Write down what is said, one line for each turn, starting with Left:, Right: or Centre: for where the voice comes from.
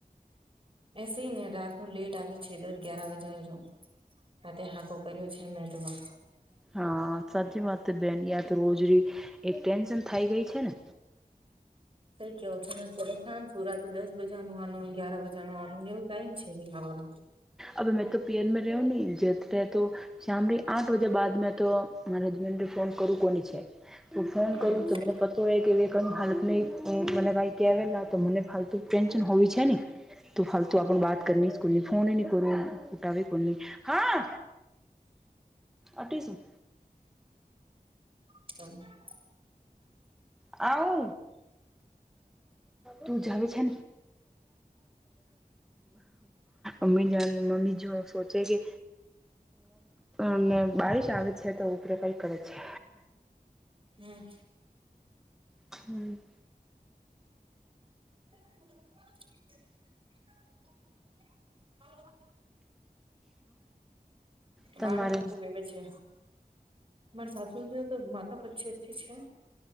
Right: એસે ને રાત ન લેટ આવે છે દસ ગ્યાર વાગે ન જવું આ તે હાંકું કર્યું છે મેટમાં
Centre: હ સાચી વાત બેન યા તો રોજરી એ ટેન્શન થઈ ગઈ છે ને
Right: થઈ કેવો છો ચ સાં છું રાત દસ બજાનું આનુંને ગયાર બજાનું આનું એવું ટાઈમ છે એ હનું
Centre: અવે મેં તો પિયર મે રહ હું ન જત રહેતો શામની આઠ વાજે બાદ મે તો મારા હજબન્ડે ફોન કરવું કોની છેું ફોન
Right: હમ
Centre: કરું તો મને પ કે ક હાલત ન મને કઈ કેવાલા તો મને ફાલતુ ટેન્શન હોવી છે ને તું ફાલતુ આપણ બાત કરની સ્કૂલની ફોન ન કરું પુટાવવે કોલની હા. અઠીસું
Right: હ
Centre: આવ તું જ છે મમી મમી જો સોચે કે નને બારીિશ આવે છે તો ઉપરે કઈ કરે છે
Right: હમ
Centre: હમ
Right: હ
Centre: તમારે
Right: માણ હાકું ભેગે છે. મારે સાસુજીને તો માતા પચી થી છે.